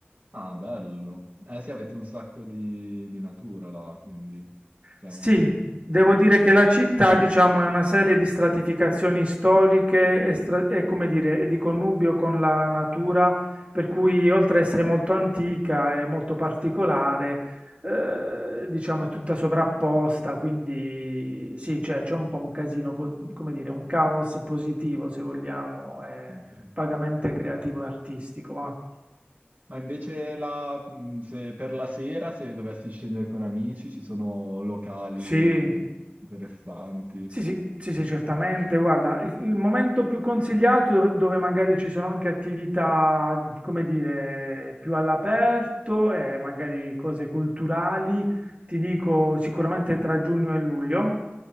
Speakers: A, on the right (about 55°); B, on the right (about 35°).
A: Ah, bello. Eh sì, avete un sacco di, di natura là, quindi... cioè,
B: Sì,
A: un-
B: devo dire che la città, diciamo, è una serie di stratificazioni storiche e, stra- e, come dire, e di connubio con la natura, per cui oltre ad essere molto antica e molto particolare, eh, diciamo, è tutta sovrapposta, quindi sì, cioè, c'è un po' un casino, pos- come dire, un caos positivo, se vogliamo, eh,
A: anche-
B: vagamente creativo e artistico, va.
A: Ma invece la- mh, se per la sera, se dovessi scendere con amici, ci sono locali
B: Sì,
A: interessanti,
B: Sì, sì, sì, sì, certamente. Guarda, il, il momento più consigliato dove dove magari ci sono anche attività, come dire, più all'aperto e magari cose culturali, ti dico sicuramente tra giugno e luglio.